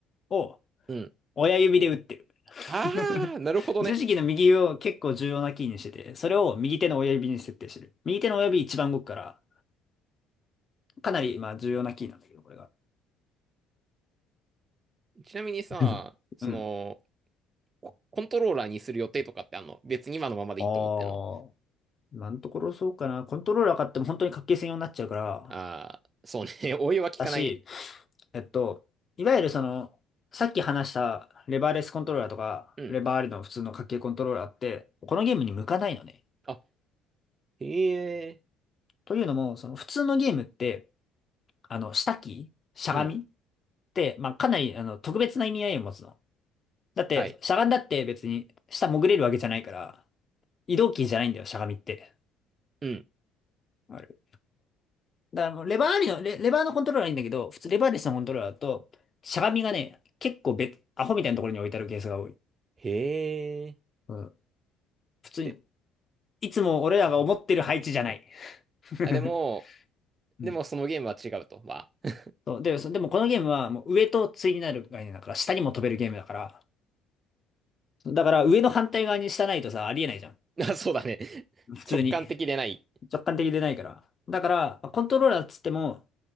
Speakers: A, on the left (about 40°); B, on the right (about 35°).
A: を
B: うん。
A: 親指で打ってる。
B: ああ、
A: <laughs>
B: なるほどね。
A: 十字キーの右を結構重要なキーにしてて、それを右手の親指に設定してる。右手の親指一番動くから、かなり、まあ、重要なキーなんだけど、これが。
B: ちなみにさ、
A: <laughs>
B: その、
A: うん。
B: ココントローラーにする予定とかってあんの別に今のままでいいと思ってんの
A: ああ、今のところそうかな。コントローラー買っても本当に格ゲー専用になっちゃうから、
B: ああー、そうね。<laughs> お湯は効かないね。
A: だし、えっと、いわゆるその、さっき話したレバーレスコントローラーとか、
B: うん。
A: レバーありの普通の格ゲーコントローラーって、このゲームに向かないのね。
B: あ、へえ。
A: というのも、その普通のゲームって、あの、下キーしゃがみって、
B: うん。
A: まあ、かなり、あの、特別な意味合いを持つの。だって、
B: はい。
A: しゃがんだって別に下潜れるわけじゃないから、移動キーじゃないんだよ、しゃがみって。
B: うん。
A: ある。だからあの、レバーありの、レ、レバーのコントローラーはいいんだけど、普通レバーレスのコントローラーだと、しゃがみがね、結構別、アホみたいなところに置いてあるケースが多い。
B: へえ。
A: うん。普通に、
B: で、
A: いつも俺らが思ってる配置じゃない。<laughs>
B: あ、でも、でもそのゲームは違うと。
A: うん
B: まあ、
A: そう、で、そでもこのゲームはもう上と対になる概念だから、下にも飛べるゲームだから、だから上の反対側に下ないとさ、ありえないじゃん。
B: <laughs> あ、そうだね。
A: 普通に。
B: 直感的でない。
A: 直感的でないから。だから、コントローラーっつっても、